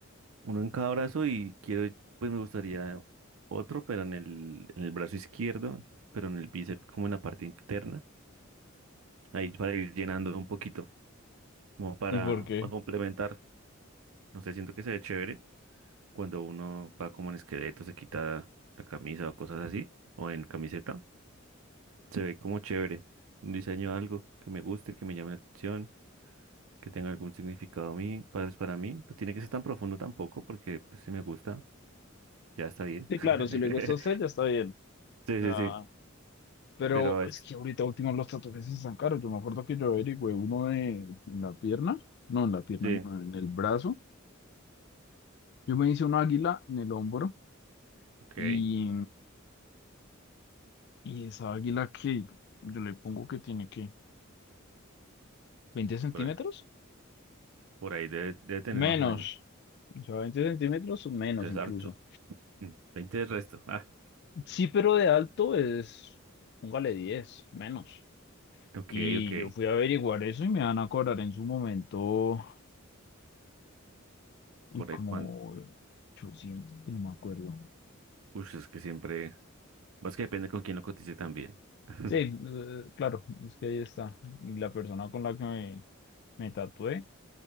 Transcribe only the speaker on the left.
¿Y por qué?
Sí,
claro, si le gusta a usted ya está bien.
Ah,
pero
es que ahorita último los tatuajes están caros. Yo me acuerdo que yo averigüé uno de, en la pierna, no en la pierna,
no, en el brazo. Yo me hice una águila en el hombro
y, y esa águila que yo le pongo que tiene que Veinte centímetros?
Menos.
O sea, 20 centímetros o menos
incluso.
Sí, pero de alto es, póngale 10 menos.
Y
yo fui a averiguar eso y me van a cobrar en su momento, uy,
como
800, no me acuerdo.
Sí, eh, claro, es que ahí está. Y la persona con la que me, me tatué,